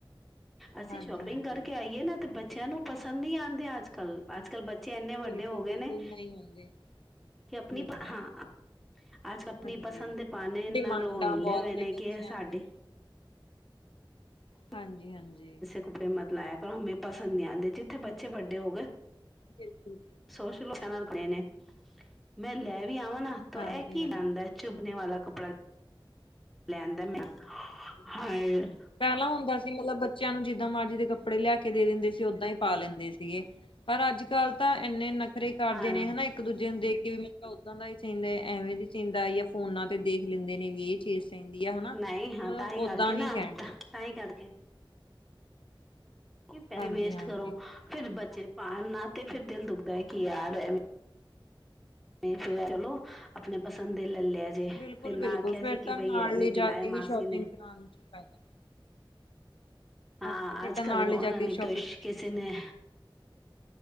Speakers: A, in the centre; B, on the left.
A: ਅਸੀਂ
B: ਹਾਂਜੀ
A: ਸ਼ੋਪਿੰਗ
B: ਹਾਂਜੀ
A: ਕਰਕੇ ਆਈਏ ਨਾ ਤੇ ਬੱਚਿਆਂ ਨੂੰ ਪਸੰਦ ਨਹੀਂ ਆਉਂਦੇ ਅੱਜਕੱਲ੍ਹ -ਅੱਜਕੱਲ੍ਹ ਬੱਚੇ ਇੰਨੇ ਵੱਡੇ
B: ਬਿਲਕੁਲ
A: ਹੋ ਗਏ
B: ਬਿਲਕੁਲ
A: ਨੇ
B: ਨਹੀਂ ਹੁੰਦੇ।
A: ਕਿ ਆਪਣੀ
B: ਬਿਲਕੁਲ
A: ਹਾਂ। ਅੱਜ ਆਪਣੀ
B: ਹਾਂਜੀ
A: ਪਸੰਦ ਦੇ ਪਾ ਨੇ ਇਹਨਾਂ
B: ਡਿਮਾਂਡਾਂ
A: ਨੂੰ ਹਿੱਲੇ
B: ਬਹੁਤ
A: ਹੋਏ ਨੇ
B: ਬੱਚਿਆਂ
A: ਕਿ ਸਾਡੇ
B: ਦੀਆਂ
A: <unintelligible>
B: ਹਾਂਜੀ ਹਾਂਜੀ
A: ਕੱਪੜੇ ਮਤ ਲਾਇਆ ਕਰੋ। ਹਮੇ ਪਸੰਦ ਨਹੀਂ ਆਉਂਦੇ ਜਿੱਥੇ ਬੱਚੇ ਵੱਡੇ ਹੋ ਗਏ।
B: ਬਿਲਕੁੱਲ।
A: <unintelligible> ਮੈਂ ਲੈ ਵੀ ਆਵਾਂ ਨਾ ਤਾਂ
B: ਹਾਂਜੀ
A: ਇਹ ਕੀ
B: ਹਾਂਜੀ
A: ਲਾਦਾ। ਚੁਭਨੇ ਵਾਲਾ ਕੱਪੜਾ। ਲਿਆਂਦਾ ਮੈਂ।
B: <inaudible>
A: <unintelligible>
B: ਪਹਿਲਾਂ ਹੁੰਦਾ ਸੀ ਮਤਲਬ ਬੱਚਿਆਂ ਨੂੰ ਜਿੱਦਾਂ ਮਰਜ਼ੀ ਦੇ ਕੱਪੜੇ ਲਿਆ ਕੇ ਦੇ ਦਿੰਦੇ ਸੀ ਓਦਾਂ ਹੀ ਪਾ ਲੈਂਦੇ ਸੀ। ਪਰ ਅੱਜ ਕੱਲ੍ਹ ਤਾਂ ਇੰਨੇ ਨਖਰੇ ਕਰਦੇ
A: ਹਾਂ
B: ਨੇ ਹਨਾ ਇੱਕ ਦੂਜੇ ਨੂੰ ਦੇਖ ਕੇ ਵੀ ਮਤਲਬ ਓਦਾਂ ਦਾ ਹੀ ਚਾਹੀਦਾ ਹੈ ਐਵੇਂ ਦੀ ਚਾਹੀਦਾ ਜਾਂ ਫੋਨਾਂ ਤੇ ਦੇਖ ਲੈਂਦੇ ਨੇ ਵੀ ਇਹ ਚੀਜ਼ ਚਾਹੀਦੀ ਆ ਹਨਾ
A: ਨਹੀਂ ਹਾਂ
B: ਮਤਲਬ
A: ਤਾਂ ਕਰਕੇ
B: ਓਦਾਂ
A: ਨਾ
B: ਹੀ ਕਹਿਣ।
A: ਤਾਂ ਹੀ ਕਰਕੇ। ਪੈਸੇ
B: ਹਾਂਜੀ
A: ਵੇਸਟ
B: ਹਾਂਜੀ
A: ਕਰੋ, ਫਿਰ ਬੱਚੇ ਪਾਣ ਨਾ ਤੇ ਫਿਰ ਦਿਲ ਦੁਖਦਾ ਹੈ ਕਿ ਯਾਰ ਐਵੇ। ਫਿਰ ਚਲੋ ਆਪਣੇ ਪਸੰਦ ਦੇ ਲੈ ਲਿਆ। ਜੇ
B: ਬਿਲਕੁੱਲ-
A: ਫਿਰ ਨਾ
B: ਬਿਲਕੁੱਲ
A: ਆਖਿਆ
B: ਫਿਰ
A: ਜੇ ਕਿ
B: ਤਾਂ ਨਾਲ
A: ਬਈ ਐਵੇਂ
B: ਲਿਜਾ
A: ਦਿਲਾਏ
B: ਕੇ
A: ਮਾਸੀ
B: ਹੀ ਸ਼ੋਪਿੰਗ
A: ਨੇ
B: ਕਰਾਉਣ ਵਿੱਚ ਫ਼ਾਇਦਾ।
A: ਹਾਂ
B: ਹਾਂਜੀ ਫਿਰ
A: ਅੱਜ
B: ਤਾਂ
A: ਕੱਲ
B: ਨਾਲ
A: ਉਹਨਾਂ
B: ਲਿਜਾ ਕੇ
A: ਨੇ
B: ਹੀ ਸ਼ੋਪਿੰਗ
A: ਕੁਛ ਕਿਸੇ ਨੇ